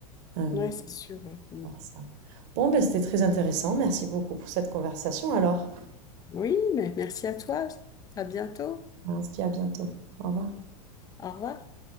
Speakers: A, on the right (about 50°); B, on the left (about 20°).
A: Euh,
B: ouais, c'est sûr. ouais. Mm.
A: par ça. Bon, ben, c'était très intéressant. Merci beaucoup pour cette conversation. Alors,
B: Oui, mais merci à toi. À bientôt.
A: Hein, on se dit à bientôt. Au revoir.
B: Au revoir.